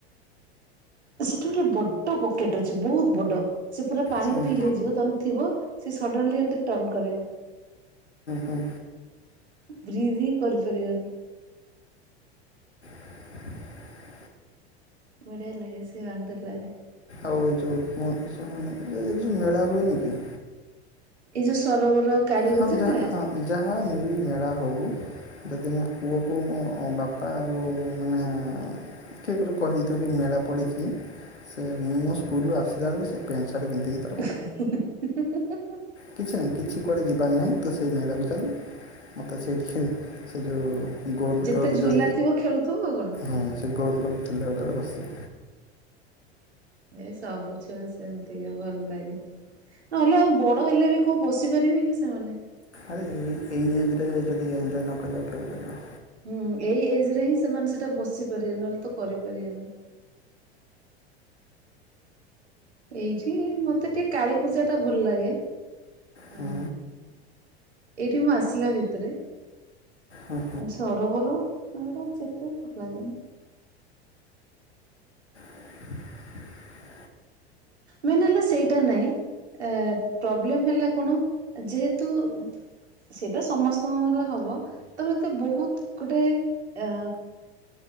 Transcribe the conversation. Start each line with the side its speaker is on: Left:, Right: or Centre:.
Right: ସେଠି ଗୋଟେ ବଡ ବକେଟ ଅଛି ବହୁତ ବଡ। ସେ ପୁରା ପାଣି
Left: ହୁଁ
Right: ଫିଲ ହେଇଯିବ ତମେ ଥିବ। ସେ ସଡ଼େନଲି ଏମିତି ଟର୍ଣ୍ଣ କରିବ।
Left: ହୁଁ
Right: ବ୍ରିଧ ହିଁ କରିପାରିବାନି।
Left: <unintelligible>
Right: ବଢ଼ିଆଲାଗେ ସେ ୱାଣ୍ଡ୍ରେଲାାରେ।
Left: ଆଉ ଏ ଯୋଉ ମୋ ଅଫିସ୍ ମାନଙ୍କରେ ଏ ଯୋଉ ମେଳା ହୁଏନି କି?
Right: ଏଇ ଯୋଉ ସରୋବର କାଳୀ
Left: ହଁ
Right: ପୂଜା
Left: ଯ
Right: ମେଳା
Left: ହଁ ଯାହା ମିଳିମେଳା ହଉ। ଯଦି ମୋ ପୁଅକୁ ମୋ ବାପା ଆଉ ମାନେ- କିଏ ଗୋଟେ କହିଛି ଯଦି କି ମେଳା ପଡ଼ିଛି ସେ ମୁଁ ମୋ ସ୍କୁଲରୁୁ ଆସିଲା ବଳକୁ ସେ ପ୍ୟାଣ୍ଟ ସାର୍ଟ ପିନ୍ଧିକିଥି
Right: <unintelligible>
Left: କିଛି ନାହିଁ କିଛି କୁଆଡ଼େ ଯିବାର ନାହିଁ ତୁ ସେଇ ମେଳାକୁ ଚାଲ ମୋତେ ସେଇଠିକି ସେ ଯେଉଁ ଗୋନ
Right: ଯେତେ
Left: କଲେଜ
Right: ଝୁଲା ଥିବ ଖେଳୁଥିବ ଆଉ କଣ
Left: ହଁ ସେ ଗୋନ କଲେଜ ଲା ଗୁଡ଼ାକ ବସି <inaudible>
Right: ଏ ସବୁ ଛୁଆ ସେମିତିକ ଭଲ ଲାଗେ ନହେଲେ ଆଉ ବଡ ହେଲେ ବି କୋଉ ବସିପାର ପିଇବେ କି ସେମାନେ?
Left: ଆରେ ଏ ଏଇ ଏଜ୍ ରେ ଯଦି ଏଞ୍ଜୟ ନ କରିବା କେବେ କରିବା?
Right: ହୁଁ ଏଇ ଏଜ ରେ ହିଁ ସେମାନେ ସେଇଟା ବସି ପାରିବେ ନହେଲେ ତ କରିପାରିବେନି। ଏଇଠି ମତେ ଟିକେ କାଳୀ ପୂଜା ଟା ଭଲ ଲାଗେ
Left: ହଁ
Right: ଆ ଏଇଠି ମୁଁ ଆସିଲା ଭିତରେ
Left: ହଁ
Right: ସରୋବର ଏଟା ଯେତେ ଭଲ ଲାଗେନି।
Left: <unintelligible>
Right: ମେନ୍ ହେଲା ସେଇଟା ନାଇଁ ଏ ପ୍ରୋବ୍ଲେମ ହେଲା କଣ ଯେହେତୁ ସେଇଟା ସମସ୍ତଙ୍କର ହବ ତମେ ଏ ତେ ବହୁତ ଗୋଟେ ଅ